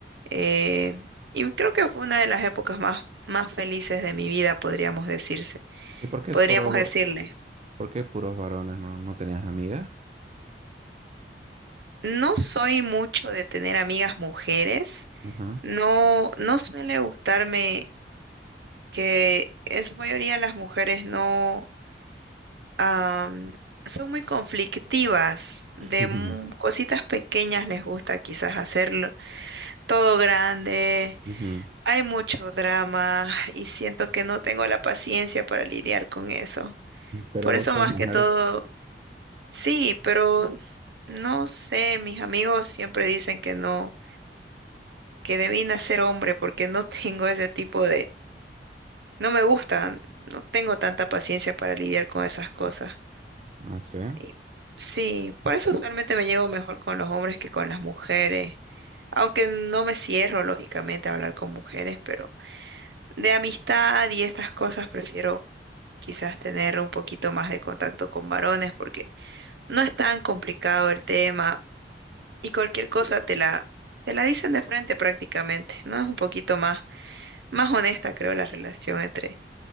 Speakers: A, on the right; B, on the right.
A: eh, y creo que fue una de las épocas más, más felices de mi vida, podríamos decirse,
B: ¿Y por qué
A: podríamos
B: es puro,
A: decirle.
B: por qué puros varones? ¿No, no tenías amigas?
A: No soy mucho de tener amigas mujeres.
B: Ajá.
A: No, no suele gustarme que en su mayoría las mujeres no am, son muy conflictivas. De
B: <laughs> Ujú,
A: mu- cositas pequeñas les gusta quizás hacerlo todo grande.
B: ujú.
A: Hay mucho drama y siento que no tengo la paciencia para lidiar con eso.
B: Pero
A: Por
B: vos
A: eso
B: sos
A: más
B: mujer.
A: que todo, sí, pero no sé, mis amigos siempre dicen que no. que debí nacer hombre porque no <laughs> tengo ese tipo de... No me gusta, no tengo tanta paciencia para lidiar con esas cosas.
B: Ah, sí.
A: Y sí, por eso usualmente me llevo mejor con los hombres que con las mujeres. Aunque no me cierro, lógicamente, a hablar con mujeres, pero de amistad y estas cosas prefiero quizás tener un poquito más de contacto con varones porque no es tan complicado el tema y cualquier cosa te la, te la dicen de frente prácticamente, ¿no? Es un poquito más más honesta creo la relación entre